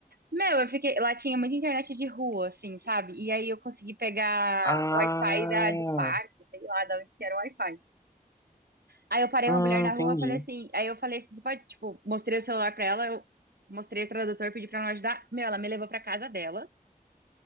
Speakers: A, on the right (about 85°); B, on the left (about 20°).
A: Meu, eu fiquei. Lá tinha muita internet de rua, assim, sabe? E aí eu consegui pegar
B: Ah,
A: o Wi-Fi da, do parque, sei lá, da onde que era o Wi-Fi. Aí eu parei
B: hum,
A: uma mulher na
B: entendi.
A: rua, falei assim. Aí eu falei assim: você pode, tipo, mostrei o celular pra ela, eu mostrei o tradutor, pedi pra ela me ajudar. Meu, ela me levou pra casa dela.